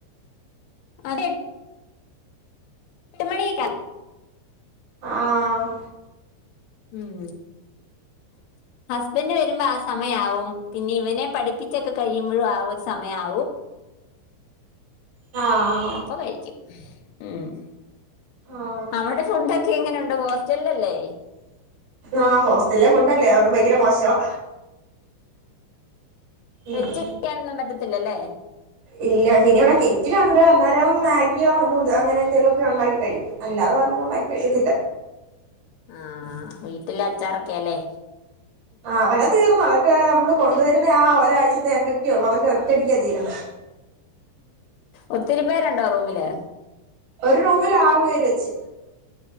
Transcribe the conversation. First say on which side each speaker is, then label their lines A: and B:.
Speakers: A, on the left; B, on the right.
A: അതെ എട്ട് മണിയെക്ക
B: ആ ആഹ്
A: ഉം ഹസ്ബൻഡ് വരുമ്പ ആ സമയാവും പിന്നെ ഇവനെ പഠിപ്പിച്ചൊക്കെ കഴിയുമ്പഴും ആ ഒരു സമയാവും
B: ആ ആ
A: അപ്പൊ കഴിക്ക്യും ഉം
B: ആഹ്
A: അവടെ ഫുഡൊക്കെ എങ്ങനെ ഉണ്ട് ഹോസ്റ്റൽലല്ലേ
B: ആഹ് ഹോസ്റ്റൽലെ ഫുഡല്ലേ അതുകൊണ്ട് ഭയങ്കര മോശവാ ഉം
A: വെച്ച് ക്യാനൊന്നും പറ്റത്തില്ല ലെ
B: ഇല്ല പിന്നെ ഇവടെ കെറ്റിലുണ്ട് അന്നേരം മാഗിയോ നൂഡോ അങ്ങനെ എന്തെലോക്ക ഉണ്ടാക്കി കഴിക്കും അല്ലാതെ വേറെന്നും ഉണ്ടാക്കി കഴിക്കത്തില്ല
A: ആഹ് വീട്ടിലെ അച്ചാറൊക്കെ ലെ
B: ആഹ് അതൊക്കെ തീർന്നു അതൊക്കെ നമ്മള് കൊണ്ടുവരുന്ന ആ ഒരാഴ്ത്തെ എഫക്റ്റേ ഉള്ളൂ അതൊക്കെ ഒറ്റടിക്കാ തീരുന്നേ
A: ഒത്തിരി പേരുണ്ടോ റൂമില്
B: ഒരു റൂമിൽ ആറു പേര് വെച്ച്